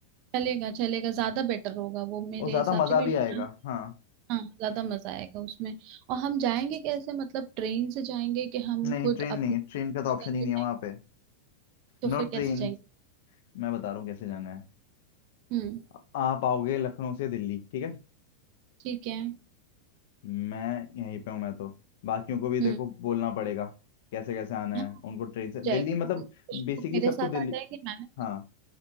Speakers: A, on the right; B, on the left.
A: चलेगा चलेगा ज्यादा बेटर होगा वो मेरे
B: और ज्यादा
A: हिसाब
B: मजा
A: से क्योंकि
B: भी आएगा हाँ
A: हाँ ज्यादा मजा आएगा उसमें और हम जाएंगे कैसे मतलब ट्रेन से जाएंगे कि हम
B: नहीं
A: खुद
B: ट्रेन
A: अपने
B: नहीं ट्रेन का तो ऑप्शन
A: करके
B: ही नहीं
A: जाएंगे
B: है वहां पे
A: तो
B: No
A: फिर कैसे
B: train
A: जाएंगे
B: मैं बता रहा हूँ कैसे जाना है
A: हम्म
B: आ- आप आओगे लखनऊ से दिल्ली ठीक है
A: ठीक है
B: मैं यहीं पे हूँ मैं तो बाकियों को भी देखो
A: हम्म
B: बोलना पड़ेगा कैसे कैसे आना
A: हाँ,
B: है उनको ट्रेन से
A: जाएगा
B: दिल्ली मतलब
A: वो कुछ
B: बेसिकली
A: लोग मेरे
B: सबको
A: साथ
B: दिल्ली
A: आ जाएंगे मैंने
B: हाँ